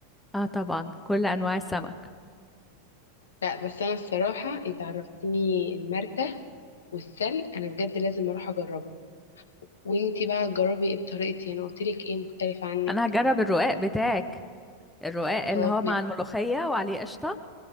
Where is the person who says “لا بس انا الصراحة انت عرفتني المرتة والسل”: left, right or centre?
Left